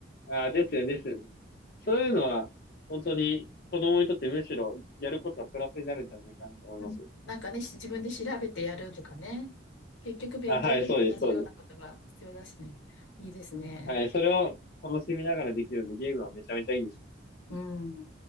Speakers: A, on the left (about 50°); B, on the left (about 75°).
A: ああ、ですよね、ですよね。そういうのは、本当に子供にとってむしろやることはプラスになるんじゃないかなって思いますよ。
B: うん、なんかね、し自分で調べてやるとかね。結局勉強でも同じようなことが必要だしね。
A: あ、はい、そうです、そうです。
B: いいですね。
A: はい、それを楽しみながらできるんで、ゲームはめちゃめちゃいいです。
B: うん。